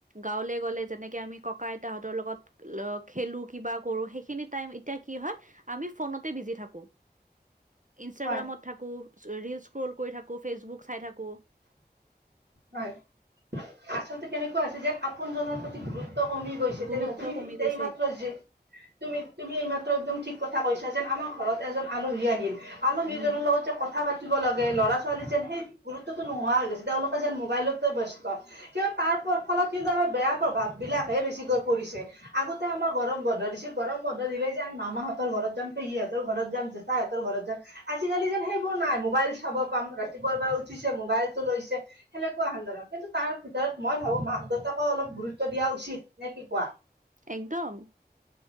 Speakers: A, on the right; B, on the right.
A: গাঁৱলে গ'লে যেনেকে আমি ককা আইতাহঁতৰ লগত লগত খেলোঁ কিবা কৰোঁ সেইখিনিত টাইম এতিয়া কি হয়, আমি ফোনতে বিজি থাকোঁ ইনষ্টাগ্ৰামত
B: হয়
A: থাকোঁ ৰীলছ স্ক্ৰল কৰি থাকোঁ ফেচবুক চাই থাকোঁ।
B: হয় আচলতে কেনেকুৱা হৈছে যেন আপোনজনৰ প্ৰতি গুৰুত্ব কমি গৈছে
A: গুৰুত্ব
B: তেনেকুৱা তুমি
A: কমি
B: এতিয়া
A: গৈছে
B: এই মাত্ৰ যে তুমি তুমি এই মাত্ৰ একদম ঠিক কথা কৈছা যেন আমাৰ ঘৰত এজন আলহী আহিল, আলহীজনৰ
A: উম
B: লগত যে কথা পাতিব লাগে ল'ৰা ছোৱালী যেন সেই গুৰুত্বটো নোহোৱা হৈ গৈছে তেওঁলোকে যেন মোবাইলতে ব্যস্ত কিয় তাৰ ফলত কিন্তু আম বেয়া প্ৰভাৱ বিলাকহে বেছিকৈ পৰিছে আগতে আমাৰ গৰম বন্ধ দিছিল গৰম বন্ধ দিলে যে আ মামা হঁতৰ ঘৰত যাম, পেহী হঁতৰ ঘৰত যাম, জেঠা সহঁতৰ ঘৰত যাম আজিকালি যেন সেইবোৰ নাই মোবাইল চাব ৰাতিপুৱাই পৰা উঠিছে মোবাইলটো লৈছে সেনেকুৱা হান জেগাত, কিন্তু তাৰ ভিতৰত মই ভাবোঁ মাক-দেউতাক অলপ গুৰুত্ব দিয়া উচিত নে কি কোৱা?
A: একদম